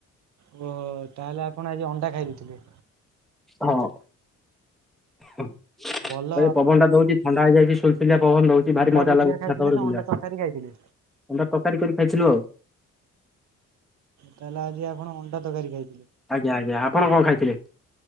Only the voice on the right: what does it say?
ଓହୋ! ତାହେଲେ ଆପଣ ଆଜି ଅଣ୍ଡା ଖାଇ ଦେଇଥିଲେ।
ଭଲ
ଅଣ୍ଡା
ଭୁଜିଆ
ଖାଇଥିଲେ
ନା
ଅଣ୍ଡା ତରକାରୀ ଖାଇଥିଲେ?
ତାହେଲେ ଆଜି ଆପଣ ଅଣ୍ଡା ତକାରୀ ଖାଇଥିଲେ।